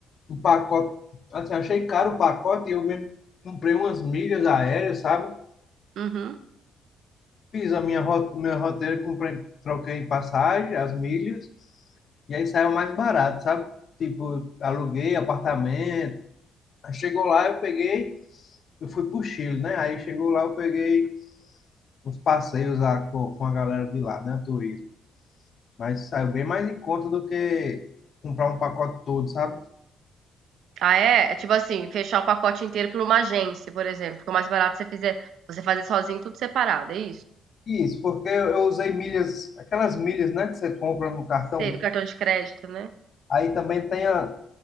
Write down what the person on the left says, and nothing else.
um pacote, assim, achei caro o pacote e eu mesmo comprei umas milhas aéreas, sabe?
Fiz a minha ro- meu roteiro, comprei, troquei em passagem, as milhas, e aí saiu mais barato, sabe? Tipo, aluguei apartamento. Aí chegou lá, eu peguei, eu fui pro Chile, né? Aí chegou lá, eu peguei uns passeios lá com, com a galera de lá, né? Turismo. Mas saiu bem mais em conta do que comprar um pacote todo, sabe?
Isso, porque eu eu usei milhas, aquelas milhas, né, que você compra no cartão.
Aí também tem, a,